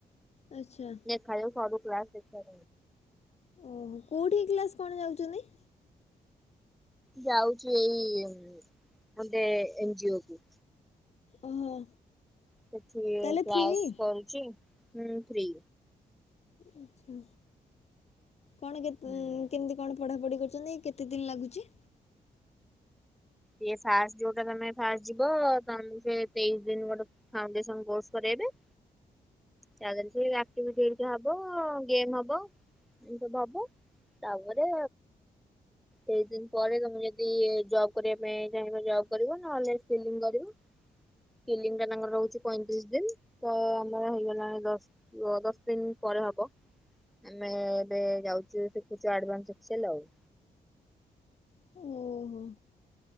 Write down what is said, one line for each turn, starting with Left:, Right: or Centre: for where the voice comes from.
Left: ଆଛା।
Centre: ଦେଖାଯାଉ ସରୁ କ୍ଲାସ ଦେଖା
Left: ଓହୋ, କୋଉଠି କି କ୍ଲାସ କଣ ଯାଉଛନ୍ତି?
Centre: ଯାଉଛି ଏଇ ଗୋଟେ ଏନଜିଓ କୁ।
Left: ଓହୋ।
Centre: ସେଠି
Left: ତାହେଲେ
Centre: କ୍ଲାସ
Left: ଫ୍ରି
Centre: କରୁଚି, ହୁଁ, ଫ୍ରି।
Left: ଆଛା, କଣ କେ
Centre: ହୁଁ
Left: କେମିତି କଣ ପଢ଼ାପଢ଼ି କରୁଛନ୍ତି କେତେ ଦିନି ଲାଗୁଛି।
Centre: ଏ ଫାର୍ଷ୍ଟ ରୁ ତମେ ଫା ଯିବ ତମକୁ ସେ ତେଇଶି ଦିନ ଗୋଟେ ଫାଉଣ୍ଡେସନ କୋର୍ସ କରାଇବେ। ତା ଦେହରେ ସିଏ ଆକ୍ଟଭିଟି ହେରିକା ହବ, ଗେମ୍ ହବ। ଏମିତି ସବୁ ହବ, ତାପରେ ତେଇଶ୍ ଦିନ୍ ପରେ ତମୁକୁ ଯଦି ଇଏ ଜବ୍ କରିବା ପାଇଁ ଚାହିଁବ ଜବ୍‌ କରିବ, ନ ହେଲେ ଫିଲିଂ କରିବ। ଫିଲିଙ୍ଗଟା ତାଙ୍କର ରହୁଛି ପଇଁତିରିଶ୍ ଦିନ୍, ତ ଆମର ହେଇଗଲାଣି ଦଶ୍ <unintelligible> ଦଶ୍ ଦିନ୍ ପରେ ହବ। ଆମେ ଏବେ ଯାଉଚୁ ଶିଖୁଛୁ ଆଡଭାନ୍ସ ଏକ୍ସସେଲ୍‌ ଆଉ।
Left: ଓହୋ